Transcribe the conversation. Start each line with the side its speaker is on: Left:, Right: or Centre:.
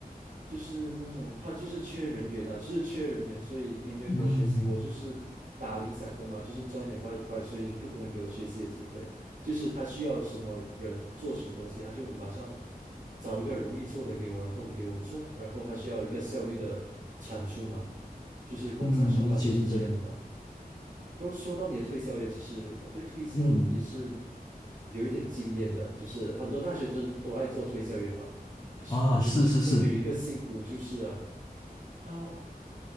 Right: 就是那种他就是缺人员啊，就是缺人员，所以也没有给我学习，
Left: 嗯
Right: 我就是打零散工嘛，就是赚一点外快，所以不可能给我学习的机会啊。就是他需要什么人做什么东西，他就马上找一个容易做的给我，然后给我做，然后他需要一个效率的产出嘛，就是工厂上班都是这样的吧。
Left: 嗯，理解理解。
Right: 如果说到你的推销员，其实我对推销也是
Left: 嗯
Right: 有一点经验的，就是很多大学生都爱做推销员嘛。可是我觉得推销员一个辛苦就是啊，
Left: 啊，是是是
Right: 他